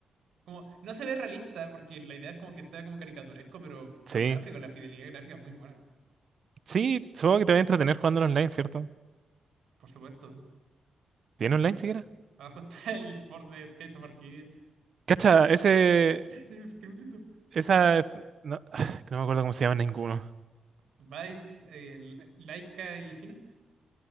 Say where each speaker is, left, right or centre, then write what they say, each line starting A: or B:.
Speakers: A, on the right; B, on the right.
A: Como, no se ve realista, porque la idea es como que sea como caricaturesco, pero
B: Sí.
A: los gráficos, la fidelidad gráfica es muy buena,
B: Sí, supongo que te va a entretener jugando online, ¿cierto?
A: por supuesto.
B: ¿Tiene online
A: Bueno,
B: siquiera?
A: abajo <laughs> está el port de Skies of Arcadia.
B: Cacha, ese.
A: <laughs> Qué bonito.
B: Esa. No, <sighs> que no me acuerdo cómo se llama ninguno.
A: Vice, eh, Laika y Fina.